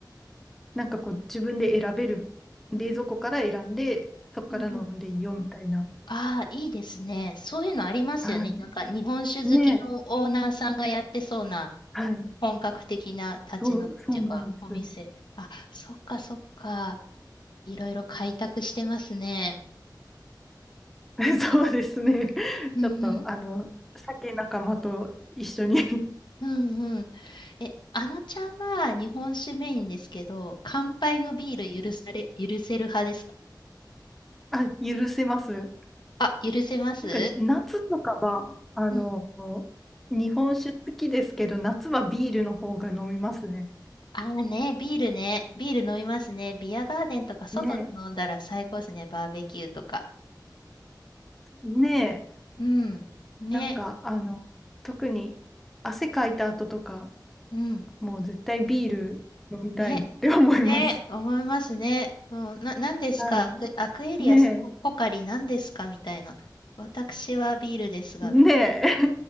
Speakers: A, in the centre; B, on the left.
A: なんかこう自分で選べる、冷蔵庫から選んで、
B: うん
A: そこから飲んでいいよみたいな。
B: うんうん。ああ、いいですね。そういうのありますよね。
A: はい。
B: なんか日本酒好きのオーナーさんがやってそうな
A: ねえ。はい。
B: 本格的な立ち飲みっていうか、
A: そう、そうなんです。
B: お店。あ、そっかそっか。いろいろ開拓してますね。
A: <laughs> そうですね。
B: うんうん。
A: ちょっと、あの、酒仲間と一緒に <laughs>
B: うんうん。え、あのちゃんは日本酒メインですけど、乾杯のビール許され、許せる派ですか
A: あ、許せます。
B: あ、許せます
A: なんか、夏とかは、あの、
B: うん。
A: 日本酒好きですけど、夏はビールの方が飲みますね。
B: ああね、ビールね。ビール飲みますね。ビアガーデンとか外で飲んだら最高ですね。
A: ね
B: バーベキューとか。
A: え、ねえ、
B: うん。ね。
A: なんか、あの、特に汗かいた後とか、
B: うん。
A: もう絶対ビール飲みたいって思います。
B: ね。ね。思いますね。うん、な、何ですかアク、
A: は
B: アクエリアスポ、
A: い。ね
B: ポカリ何ですかみたいな。私はビールですが、
A: え、ねえ。
B: みたいな。